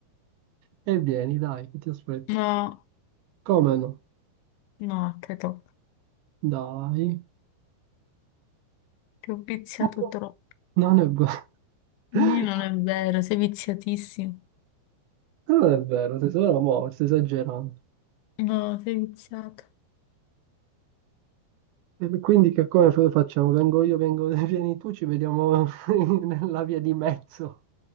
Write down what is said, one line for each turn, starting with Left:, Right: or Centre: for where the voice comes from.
Right: E vieni, dai, che ti aspetto.
Left: No,
Right: Come no?
Left: no, credo.
Right: Dai.
Left: Ti ho viziato
Right: No,
Left: troppo.
Right: Non è vero. <laughs>
Left: Nì, Non è vero, sei viziatissimo.
Right: Non è vero, tesoro, mo, stai esagerando.
Left: No, sei viziato.
Right: E quindi che come lo facciamo? Vengo io, vengo, <laughs> vieni tu, ci vediamo <laughs> nella via di mezzo.